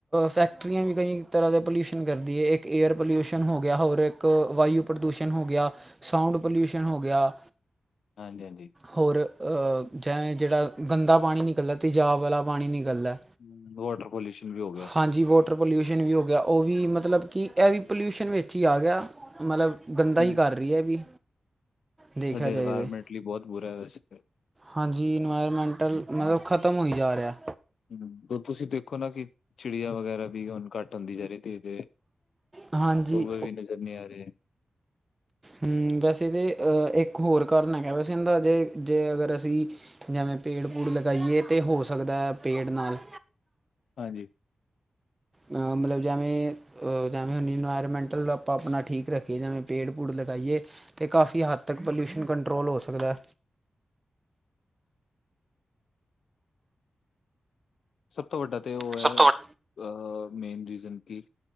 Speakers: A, on the right; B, on the left.
A: ਫੈਕਟਰੀਆ ਵੀ ਕਈ ਤਰਾ ਦੇ ਪੋਲਿਊਸ਼ਨ ਕਰਦੀ ਐ ਇੱਕ ਏਅਰ ਪੋਲਿਊਸ਼ਨ ਹੋ ਗਿਆ ਹੋਰ ਇੱਕ ਵਾਯੂ ਪ੍ਰਦੂਸ਼ਣ ਹੋ ਗਿਆ, ਸਾਊਂਡ ਪੋਲਿਊਸ਼ਨ ਹੋ ਗਿਆ।
B: ਹਾਂਜੀ-ਹਾਂਜੀ।
A: ਹੋਰ ਅ ਜੇਵੇਂ ਜਿਹੜਾ ਗੰਦਾ ਪਾਨੀ ਨਿਕਲਦਾ ਤੇਜਾਬ ਵਾਲਾ ਪਾਨੀ ਨਿਕਲਦਾ।
B: ਹਮ ਵਾਟਰ ਪੋਲਿਊਸ਼ਨ ਵੀ ਹੋ ਗਿਆ।
A: ਹਾਂਜੀ ਵਾਟਰ ਪੋਲਿਊਸ਼ਨ ਵੀ ਹੋ ਗਿਆ ਓਹ ਵੀ ਮਤਲਬ ਕਿ ਐਵੀ ਪੋਲਿਊਸ਼ਨ ਵਿੱਚ ਹੀ ਆ ਗਿਆ ਮਤਲਬ ਗੰਦਾ
B: ਹੂੰ
A: ਹੀ ਵੀ ਐ ਵੀ। ਦੇਖਿਆ
B: ਸਾਡੇ
A: ਜਾਏ
B: ਇਨਵਾਇਰਮੈਂਟ
A: ਤਾਂ
B: ਲਈ ਬਹੁਤ ਬੁਰਾ ਵੈਸੇ।
A: ਹਾਂਜੀ ਇਨਵਾਇਰਮੈਂਟਲ ਮਤਲਬ ਖ਼ਤਮ ਹੋਈ ਜਾ ਰਿਹਾ।
B: ਹਨ ਤੁਸੀ ਦੇਖੋ ਨਾ ਕਿ ਚਿੜੀਆ ਵਗੈਰਾ ਵੀ ਹੁਨ ਘੱਟ ਹੁੰਦੀ ਜਾ ਰਹੀ ਧੀਰੇ-ਧੀਰੇ।
A: ਹਾਂਜੀ
B: ਕੋਵੇ ਵੀ ਨਜ਼ਰ ਨੀ ਆ ਰਹੇ।
A: ਹਮ ਵੈਸੇ ਤੇ ਅਹ ਇੱਕ ਹੋਰ ਕਾਰਨ ਹੈਗਾ ਵੈਸੇ ਇਹਦਾ ਜੇ, ਜੇ ਅਗਰ ਅਸੀ ਜਿਵੇਂ ਪੇੜ-ਪੂੜ ਲਗਾਈਏ ਤਾ ਹੋ ਸਕਦਾ ਪੇੜ ਨਾਲ।
B: ਹਾਂਜੀ।
A: ਹਾ ਮਤਲਬ ਜੈਵੇ ਅ ਜੈਵੇਂ ਹੂੰ ਇਨਵਾਇਰਮੈਂਟਲ ਆਪਾ ਆਪਣਾ ਠੀਕ ਰੱਖੀਏ ਜੈਵੇ ਪੇੜ-ਪੂੜ ਲਗਾਈਏ। ਤੇ ਕਾਫ਼ੀ ਹੱਦ ਤੱਕ ਪੋਲਿਊਸ਼ਨ ਕੰਟਰੋਲ ਹੋ ਸਕਦਾ।
B: ਸਭ ਤੋਂ ਵੱਡਾ ਤੇ ਉਹ
A: ਸਭ
B: ਹੈ
A: ਤੋਂ ਵੱ
B: ਅਹ ਮੇਨ ਰੀਜ਼ਨ ਕਿ